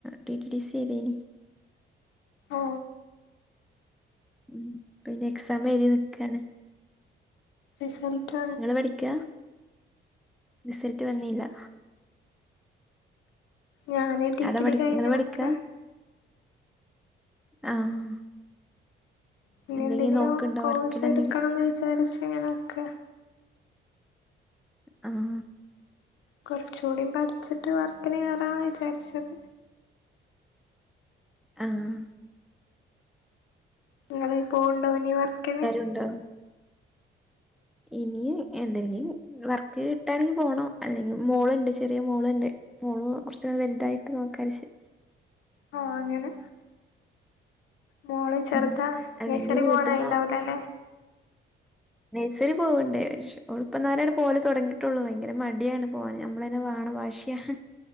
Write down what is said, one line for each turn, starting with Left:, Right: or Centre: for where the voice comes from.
Centre: ടി ടി സി എയ്നി
Left: ഓ
Centre: ഉം പിന്നെ എക്സാം എഴുതി നിക്കുകയാണ്
Left: റിസൽട്ട്
Centre: നിങ്ങള് പഠിക്ക റിസൽട്ട് വന്നില്ലാ
Left: ഞാന് ഡിഗ്രി
Centre: എവിടെ പഠിക്ക
Left: കഴിഞ്ഞ്
Centre: നിങ്ങള് പഠിക്ക
Left: നിക്കാ
Centre: ആഹ്
Left: പിന്നെ
Centre: എന്തെങ്കിലും
Left: എന്തെങ്കിലോ
Centre: നോക്ക്ണ്ടോ
Left: കോഴ്സ്
Centre: വർക്കിന്
Left: എടുക്കണംന്ന്
Centre: എന്തെങ്കിലും
Left: വിചാരിച്ച് ഇങ്ങനെ നിക്കാ
Centre: ആഹ്
Left: കുറച്ച് കൂടി പഠിച്ചിട്ട് വർക്കിന് കയറാന്ന് വിചാരിച്ചത്
Centre: ആഹ്
Left: ഇങ്ങള് പോവ്ണ്ടോ ഇഞ്ഞി വർക്കിന്
Centre: ഉണ്ട് ഇനി എന്തെങ്കിലും വർക്ക് കിട്ടാണെങ്കി പോണം അല്ലെങ്കിൽ മോൾണ്ട് ചെറിയ മോൾണ്ട് മോളു കുറച്ച് വലുതായിട്ട് നോക്കാന്ന് വിചാരിച്ച്
Left: ആഹ് അങ്ങനെ മോള് ചെറുതാ
Centre: ഉം അല്ലെങ്കി
Left: നഴ്സറി
Centre: വീട്ടിൽന്നോ
Left: പോവാനായിണ്ടാവൂലലെ
Centre: നഴ്സറി പോവ്ണ്ട് ഓള് ഇപ്പന്നാരെ പോവൽ തുടങ്ങിയിട്ടുള്ളു ഭയങ്കര മടിയാണ് പോവാൻ നമ്മൾ തന്നെ വാണം വാശി യാഹ്